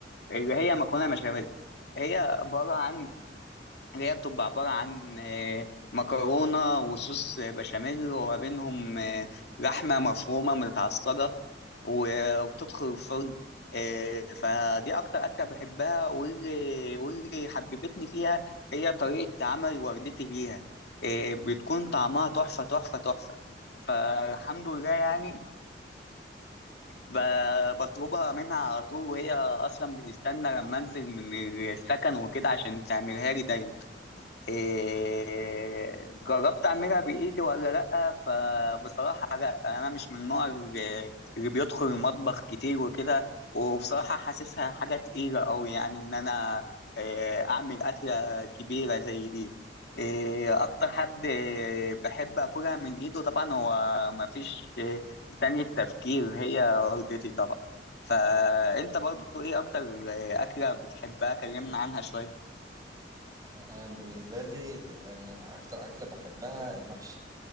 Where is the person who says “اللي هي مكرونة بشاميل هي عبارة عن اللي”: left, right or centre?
Left